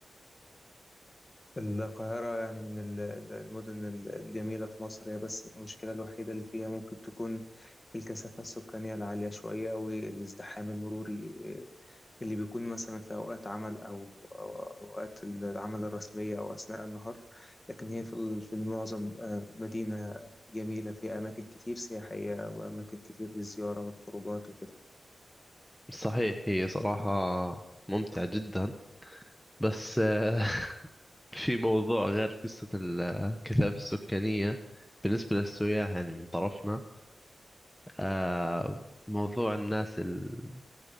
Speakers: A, on the left (about 25°); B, in the centre.
A: القاهرة يعني من ال- ال- المدن ال- الجميلة في مصر هي بس المشكلة الوحيدة اللي فيها ممكن تكون الكثافة السكانية العالية شوية أو الازدحام المروري اللي بيكون مثلا في أوقات عمل أو أو أوقات العمل الرسمية أو أثناء النهار لكن هي في ال- في المعظم آه، مدينة جميلة فيها أماكن كتير سياحية وأماكن كتير للزيارة والخروجات وكده
B: صحيح هي صراحة ممتعة جدا بس آه، <laughs> في موضوع غير قصة الكثافة السكانية بالنسبة للسياح يعني من طرفنا آه موضوع الناس ال-